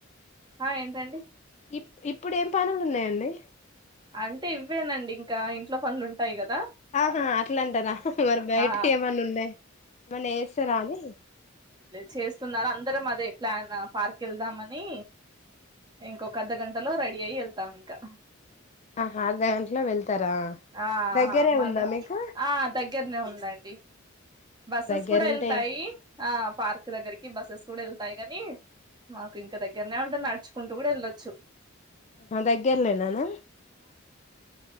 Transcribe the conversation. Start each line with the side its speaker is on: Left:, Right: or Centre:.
Right: ఆ ఏంటండి
Left: ఇ ఇప్పుడేం పనులు ఉన్నాయండి
Right: అంటే ఇవ్వేనండి ఇంకా ఇంట్లో పనులు ఉంటాయి క
Left: ఆహా అట్లా అంటారా మరి బయటికి
Right: ఆ
Left: ఏమన్నా ఉన్నాయ్ ఏమన్నా ఎస్తారా నే
Right: చేస్తున్నార అందరం అదే ప్లాన్ పార్క్ వెళ్దామని ఇంకొక అర్ధ గంటలో రెడీ అయి వెళ్తాం ఇంకా
Left: ఆహా అర్ధ గంటలో వెళ్తారా
Right: ఆహా
Left: దగ్గరే
Right: మా
Left: ఉందా
Right: ద
Left: మీకు
Right: ఆ దగ్గరనే ఉందండి బస్సెస్
Left: దగ్గరుంటే
Right: కూడా వెళ్తాయి ఆ పార్క్ దగ్గరికి బస్సెస్ కుడు వెళ్తాయి కానీ మాకు ఇంకా దగ్గరనే ఉంటుంది నడుచుకుంటూ కూడా యెళ్ళొచ్చు
Left: ఆ దగ్గెర్లేనేనా